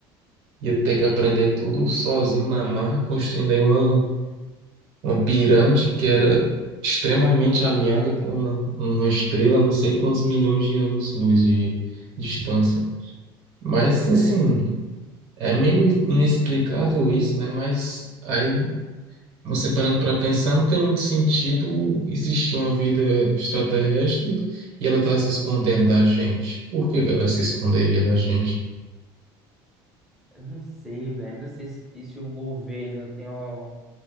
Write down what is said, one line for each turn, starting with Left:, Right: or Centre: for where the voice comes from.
Right: ia ter que aprender tudo sozinho na marra, construindo aí uma, uma pirâmide que era extremamente alinhada com uma, uma estrela, não sei quantos milhões de anos-luz de distância. Mas assim,
Centre: É,
Right: é meio inexplicável isso, né? Mas aí Você parando para pensar, não tem muito sentido existir uma vida extraterrestre e ela está se escondendo da gente. Por que que ela se esconderia da gente?
Centre: eu não sei, velho. Não sei se, se o governo tem uma...